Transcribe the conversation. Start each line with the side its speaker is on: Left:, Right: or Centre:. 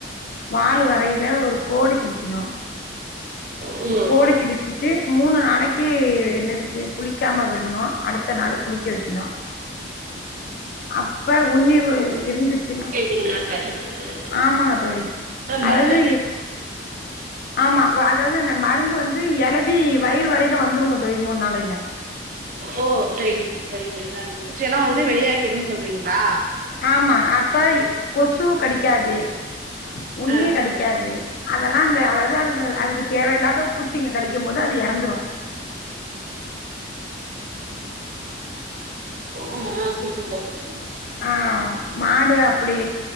Left: வாலு வர் கையில ஒரு கோடு கிழிக்கணு
Right: ம்
Left: கோடு கிழிச்சிட்டு மூணு நாளைக்கு என்னது குளிக்காம விடணு அடுத்த நாள் குளிக்க வெக்கணு அப்ப உன்னிவு இருந்துச்சுனா
Right: <unintelligible>
Left: ஆமாங்க தோழி அதாவது
Right: மருந்த பயன்
Left: ஆமா அதாவது இந்த மருந்து வந்து எழதி வயிறு வரையில வந்துருங்க தோழி மூணு நாளையில
Right: ஓ சரிங்க சரி சரிங்க வெச்சேன்ன எல்லா வந்து வெளியாக்கிடும்னு சொல்றீங்ளா
Left: ஆமா அப்ப கொசு கடிக்காது உண்ணி
Right: ஆ
Left: கடிக்காது அதெல்லா அந்த அதாவது அதுக்கு அதுக்கு தேவயில்லாத பூச்சிங்க கடிக்கு போது அது எறந்துரும்
Right: ம் ம் சரி தோழி
Left: ஆ மாடு அப்டி